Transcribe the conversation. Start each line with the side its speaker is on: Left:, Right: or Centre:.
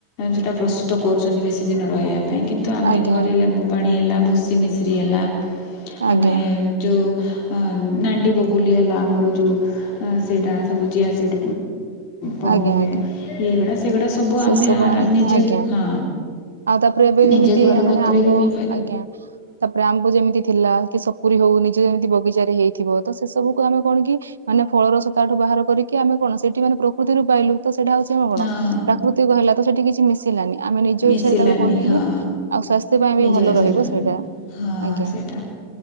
Left: ସେଟା ପ୍ରସ୍ତୁତ କରୁଛନ୍ତି ବେଶୀ ଦିନ ରହିବାକୁ ପାଇଁ କିନ୍ତୁ ଆମେ
Right: ଆଜ୍ଞା
Left: ଘରେ
Right: ଆଜ୍ଞା
Left: ଲେମ୍ବୁ ପାଣି ହେଲା ଭୁସି ମିିଶ୍ରି ହେଲା
Right: ଆଜ୍ଞା
Left: ଆମେ ଯେଉଁ ନାଣ୍ଡି ବଗୁଲି ହେଲା ଆମର ଯେଉଁ ସେଇଟା ସବୁ ଚିଆସିଠ ପେ
Right: ଆଜ୍ଞା ଆଜ୍ଞା
Left: ଏଇଗୁଡ଼ା ସେଗୁଡ଼ା ସବୁ
Right: ସେ
Left: ଆମେ ଆର
Right: ଆଣିକି
Left: ନିଜେ
Right: ଆଜ୍ଞା
Left: ହଁ
Right: ଆଉ ତାପରେ ଏବେ
Left: ନିଜେ
Right: ଯେମିତି
Left: ଘରେ
Right: ମାନେ
Left: ବତୁରେଇକି
Right: ଆମ୍ବ ଆଜ୍ଞା ତାପରେ ଆମକୁ ଯେମିତି ଥିଲା କି ସପୁରୀ ହଉ ନିଜ ଯେମିତି ବଗିଚାରେ ହେଇଥିବ ତ ସେ ସବୁ କ ତମେ କଣ କି? ମାନେ ଫଳ ରସ ତାଠୁ ବାହାର କରିକି ଆମେ କଣ ସେଇଠି ମେ ପ୍ରକୃତିରୁ ପାଇଲୁ ତ ସେଇଟା ହଉଛି ଆମେ କଣ?
Left: ହଁ
Right: ହେଲା ତ ସେଠି କିଛି ମିଶିଲାନି ଆମେ ନିଜ
Left: ମିଶିଲାନି
Right: ଇଛାରେ ତାକୁ ବନେଇଲେ
Left: ହଁ
Right: ଆଉ ପାଇଁ
Left: ନିଜ
Right: ବି ଭଲ
Left: ହେଇସିଲୁ
Right: ରହିବ
Left: ଆମେ
Right: ସେଇଟା
Left: ହଁ
Right: ଆଜ୍ଞା
Left: ସେଇଟା